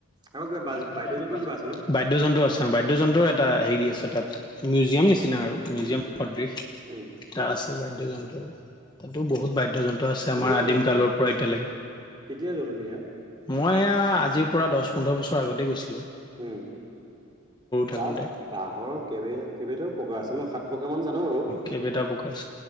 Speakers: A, on the right (about 20°); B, on the left (about 20°).
A: আৰু কিবা বা
B: <inaudible>
A: বাদ্যযন্ত্ৰ কিবা আছে ন
B: বাদ্যযন্ত্ৰ আছে বাদ্যযন্ত্ৰৰ এটা হেৰি আছে। তাত মিউজিয়াম নিচিনা আৰু মিউজিয়াম
A: উম
B: সদৃশ।
A: উম
B: এটা আছে বাদ্যযন্ত্ৰ তাতো বহুত বাদ্যযন্ত্ৰ। <inaudible> আছে
A: কেতিয়া
B: আমাৰ আদিম
A: যোৱা তুমি
B: কালৰ
A: সেয়া
B: পৰা এতিয়ালৈকে,
A: কেতিয়া যোৱা তুমি সেয়া
B: মই সেয়া আজি পৰা দহ পোন্ধৰ বছৰ আগতে গৈছিলোঁ।
A: উম।
B: থাকোতে
A: তাত বাঁহৰ কেইবিধ, কেইবিধও প্ৰকাৰ আছে মই সাত প্ৰকাৰ মান জানোঁ বাৰু।
B: কেবেটা প্ৰকাচ।